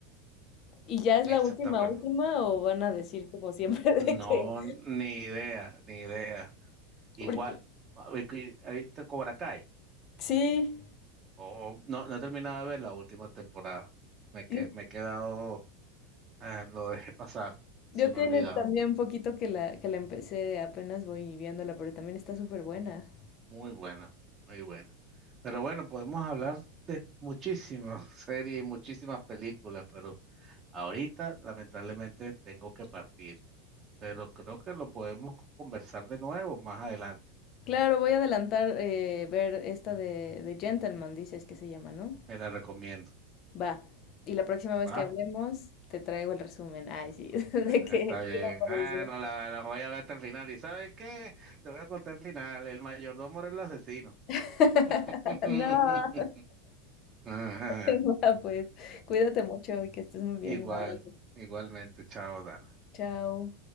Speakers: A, on the left; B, on the right.
A: ¿Y ya es
B: Esa
A: la última,
B: está buena.
A: última o van a decir como siempre
B: N-
A: <laughs> de
B: No,
A: que...
B: ni idea, ni idea. Igual,
A: Porque,
B: a ver que- ¿has visto Cobra Kai?
A: sí,
B: o no, no he terminado de ver la última temporada. Me, que,
A: yo,
B: me he quedado, ah, lo dejé pasar, se
A: yo
B: me
A: tiene
B: ha olvidado.
A: también un poquito que la, que la empecé, apenas voy viéndola, pero también está súper buena.
B: Muy buena, muy buena. Pero bueno, podemos hablar de muchísimas <laughs> series y muchísimas películas, pero ahorita lamentablemente tengo que partir. Pero creo que lo podemos conversar de nuevo más adelante.
A: Claro, voy a adelantar eh, ver esta de, de Gentleman, dices que se llama, ¿no?
B: Te la recomiendo.
A: Va. Y la próxima vez
B: ¿va?
A: que hablemos, te traigo el resumen. Ay, sí, <laughs> de
B: Está
A: qué,
B: bien.
A: qué me parece.
B: Ah, no, la, la voy a ver hasta el final. ¿Y sabes qué? Te voy a contar el final. El mayordomo era el asesino.
A: <laughs>
B: <laughs>
A: No,
B: Ajá.
A: <laughs> va, pues cuídate mucho y que estés muy bien.
B: Igual,
A: Un abrazo.
B: igualmente. Chao, Dana.
A: Chao.